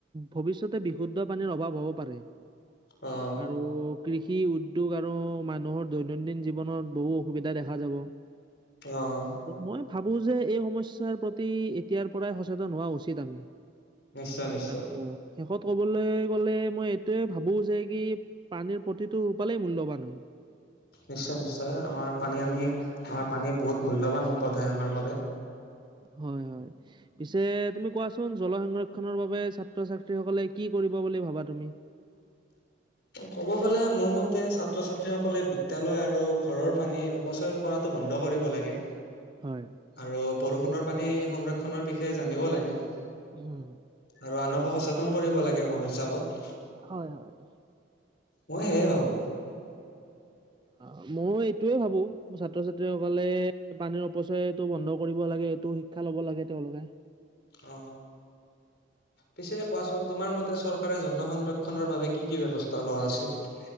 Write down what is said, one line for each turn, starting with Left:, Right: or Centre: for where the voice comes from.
Right: ভৱিষ্যতে বিশুদ্ধ পানীৰ অভাৱ হ'ব পাৰে
Left: অ'।
Right: আৰু কৃষি উদ্যোগ আৰু মানুহৰ দৈনন্দিন জীৱনত বহু অসুবিধা দেখা যাব।
Left: অ'।
Right: মই ভাবো যে এই সমস্যাৰ প্ৰতি এতিয়াৰ পৰাই সচেতন হোৱা উচিত আমি।
Left: নিশ্চয় নিশ্চয়।
Right: আৰু শেষত ক'বলৈ গ'লে মই এইটোৱে ভাবোঁ যে কি পানীৰ প্ৰতিটো ৰূপালেই মূল্যৱান হয়।
Left: নিশ্চয়, নিশ্চয় আমাৰ পানী আমি আমাৰ পানী বহুত মূল্যৱান সম্পদ হয়, আমাৰ বাবে।
Right: হয়, হয়। পিছে তুমি কোৱাচোন জল সংৰক্ষনৰ বাবে ছাত্ৰ ছাত্ৰীসকলে কি কৰিব বুলি ভাবা তুমি?
Left: ক'ব গ'লে মোৰ মতে ছাত্ৰ ছাত্ৰীসকলে বিদ্যালয় আৰু ঘৰৰ পানী অপচয় কৰাতো বন্ধ কৰিব লাগে।
Right: হয়।
Left: আৰু বৰষুণৰ পানী সংৰক্ষণৰ বিষয়ে জানিব লাগে।
Right: হম।
Left: আৰু আনকো সচেতন কৰিব লাগে মোৰ হিচাপত।
Right: হয়, হয়।
Left: মই সেইয়া ভাবো।
Right: অ', মই এইটোয়ে ভাবো, ছাত্ৰ ছাত্ৰীসকলে পানীৰ অপচয়টো বন্ধ কৰিব লাগে। এইটো শিক্ষা ল'ব লাগে তেওঁলোকে।
Left: অ'। পিছে কোৱাচোন তোমাৰ মতে চৰকাৰে <unintelligible> সংৰক্ষনৰৰ বাবে কি, কি ব্যৱস্থা লোৱা উচিত?